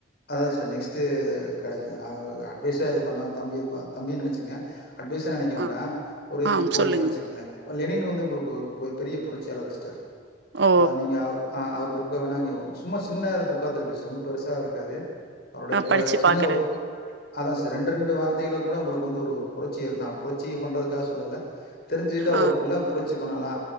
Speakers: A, on the left; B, on the right.
A: அதுதா சிஸ்டர் நெக்ஸ்ட்டு நா அட்வைசு எது பண்ணணா தம்பிப் பா தம்பினு நெனச்சிங்க அட்வைஸா நெனைக்க வேண்டா
B: ஆ
A: ஒரு இது
B: ஆ
A: கோரிக்கையா
B: சொல்லுங்க
A: வச்சுக்கங்களே லெனின் வந்து உங்களுக்கு ஒரு பெரிய புரட்சியாளர் சிஸ்டர்
B: ஓ
A: அ நீங்க அவ ஆ அவரு புக்க வேணா இங்க ஒன்னு சும்மா சின்னது புக்கா தா இருக்குது சிஸ்டர் ரொம்ப பெருசா இருக்காது அவருடைய
B: ஆ
A: இப்ப
B: படிச்சு
A: சின்ன
B: பாக்குறே
A: அதா சே ரெண்டு ரெண்டு வார்த்தைகள கூட உங்களுக்கு வந்து ஒரு ஒரு புரட்சி நா புரட்சிய பண்றதுக்காக சொல்லல தெரிஞ்சுக்கிட்டா ஓ
B: ஆ
A: இப்பில்லா புரட்சி பண்ணலா